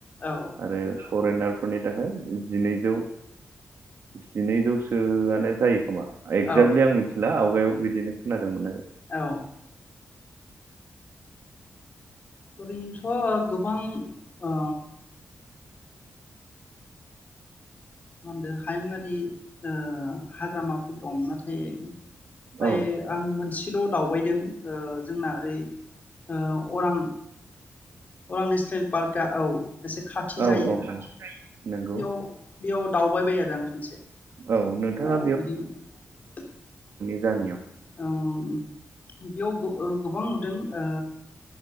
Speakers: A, on the left; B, on the right.
A: औ
B: आरो फरेेनार फोरनि थाखाय जिनैजौ जिनैजौसोआनो जायो खोमा एक्जाक्टलि
A: औ
B: आं मिथिला आवगायाव बिदिनो खोनादोंमोन आरो
A: औ ओरैनोथ गोबां ओ मा होनदों हायुंङारि ओ हाग्रामाफोर दं नाथाय फाय फ्राय
B: औ
A: आं मोनसेल दावबायदों जोंना ओरै ओ अरां अरां नेसनेल पार्कआ औ एसे खाथि
B: औ
A: जायो
B: औ औ नंगौ
A: बेयाव बेयाव दावबाय बायो आरो आं खनसे अ
B: औ नोंथाङा
A: बिदिनो
B: गामियाव
A: ओम बेयाव गोबां नुदों ओ